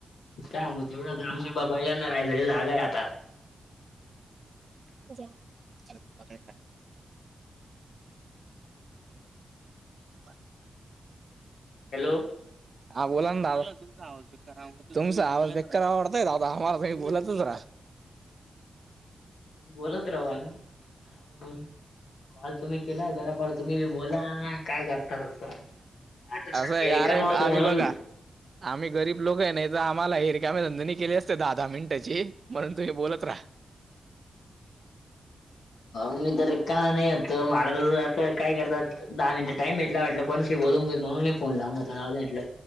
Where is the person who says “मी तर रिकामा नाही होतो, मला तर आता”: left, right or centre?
Left